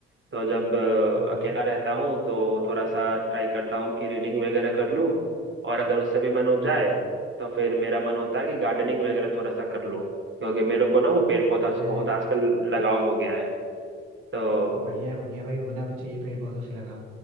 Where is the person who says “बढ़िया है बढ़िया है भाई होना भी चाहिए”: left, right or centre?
Right